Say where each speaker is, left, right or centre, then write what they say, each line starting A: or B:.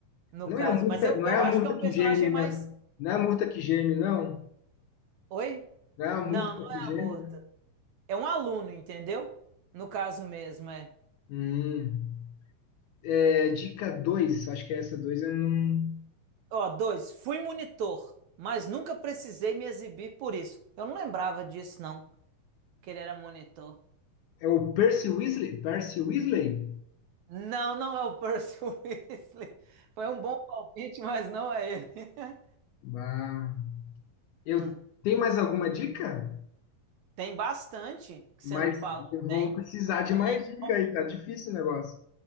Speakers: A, on the right (about 70°); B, on the left (about 80°).
A: No
B: Não
A: caso.
B: é a murta,
A: Mas eu,
B: não
A: eu
B: é a
A: acho
B: murta
A: que é um
B: que
A: personagem
B: geme, não.
A: mais.
B: Não é a murta que geme, não.
A: Oi?
B: Não é a
A: Não,
B: murta
A: não
B: que
A: é
B: geme.
A: a morta. É um aluno, entendeu? No caso mesmo, é.
B: Hum. É, dica 2, acho que é essa 2 eu não.
A: Ó, dois, fui monitor, mas nunca precisei me exibir por isso. Eu não lembrava disso, não, que ele era monitor.
B: É o Percy Weasley? Percy Weasley?
A: Não, não é o Percy <laughs> Weasley. Foi um bom palpite, mas não é ele. <laughs>
B: Ah, eu
A: Hum,
B: tenho mais alguma dica?
A: Tem bastante que você
B: Mas
A: não falou.
B: eu
A: Tem,
B: vou precisar de
A: tem,
B: mais dica aí, tá difícil o negócio.